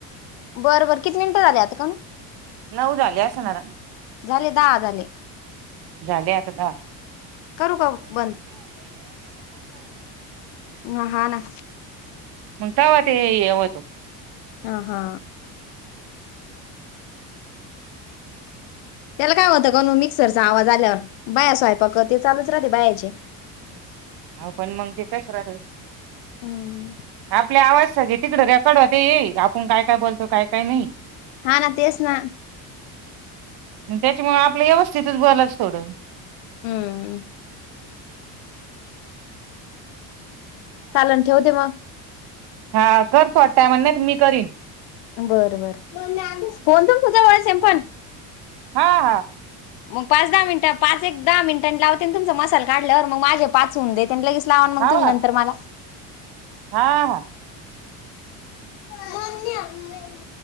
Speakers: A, on the left (about 75°); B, on the right (about 60°).
A: बरं बरं किती मिनिटं झाले आता काव?
B: नऊ झाले असल आता.
A: झाले दहा झाले.
B: झाले आता दहा.
A: करू का बंद म हाना.
B: मग ताव ते हे होत.
A: ह हा. त्याला काय होतं कानू मिक्सरचा आवाज आल्यावर बाया स्वयपाक ते चालूच राहते बायाचे.
B: हा पण मग ते कस राहात.
A: हम्म.
B: आपल्या आवाज सगळे तिकड रेकॉर्ड होते येई आपण काय काय बोलतो काय काय नाही.
A: हा ना तेच ना.
B: त्याच्यामुळे आपलं व्यवस्थितच बोलाच थोडं.
A: हम्म. चालन ठेवते मग.
B: हा कर थोडा टायमानी नाही तर मी करीन.
A: बर, बर, फोन तुमच्या जवळच आहे न पण.
B: हा हा.
A: मग पाच दहा मिनिट पाच एक दहा मिनिटां लावते तुमचा मसाल काढल्यावर. मग माझे पाच होउन देत आण लगेच लावाण
B: हा
A: मग तुम्ही नंतर मला.
B: हा हा.
A: बरं